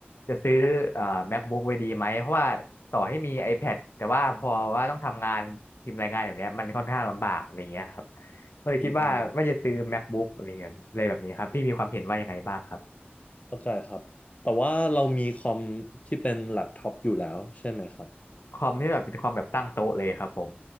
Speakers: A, on the left; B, on the left.
A: จะซื้อเอ่อ MacBook ไว้ดีไหมเพราะว่าต่อให้มี iPad แต่ว่าพอว่าต้องทำงานพิมพ์รายงานแบบเนี้ยมันค่อนข้างลำบากอะไรเงี้ยครับก็เลยคิดว่าว่าจะซื้อ
B: อืมอืม
A: MacBook อะไรเงี้ยอะไรแบบนี้ครับพี่มีความเห็นว่ายังไงบ้างครับ
B: เข้าใจครับ แต่ว่าเรามีคอมที่เป็นแล็ปท็อปอยู่แล้วใช่ไหมครับ
A: คอมที่แบบเป็นคอมแบบตั้งโต๊ะเลยครับผม